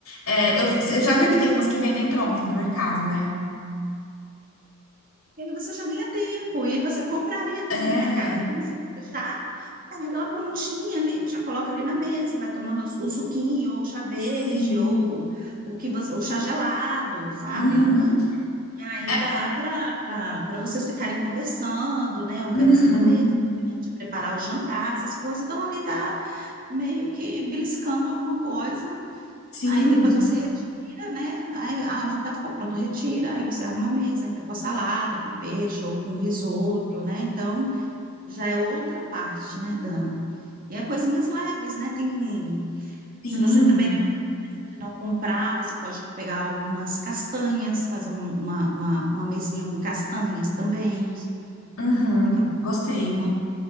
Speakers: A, on the left (about 90°); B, on the right (about 45°).
A: É, eu, você já viu que tem umas que vendem pronto no mercado, né?
B: E aí você já ganha tempo, e aí você compraria
A: É,
B: tudo no mercado. Então, assim, você já pega ela prontinha ali, já coloca ali na mesa, vai tomando o suquinho, ou o chá verde,
A: sim.
B: ou o que você, o chá gelado, sabe?
A: Uhum.
B: Aí
A: É,
B: dá para para vocês ficarem conversando, né? Organizando
A: uhum.
B: a mesa, de preparar o jantar, essas coisas. Então, ali tá meio que beliscando alguma coisa.
A: Sim,
B: Aí depois você retira, né? Aí ah, o jantar ficou pronto, retira, aí você arruma a mesa, entra com a salada, com peixe ou com risoto, né? Então já é outra parte, né, Dan? E é coisinhas leves, né? Tem,
A: sim.
B: se você também não decidir não comprar, você pode pegar algumas castanhas, fazer um- uma, uma, uma mesinha com castanhas também.
A: Uhum.
B: Fica bonitinho.
A: Gostei.